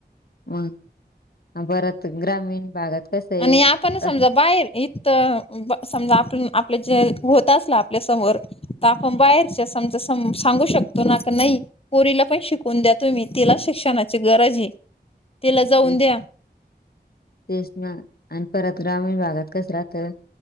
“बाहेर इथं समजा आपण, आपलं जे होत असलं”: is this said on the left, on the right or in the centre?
Left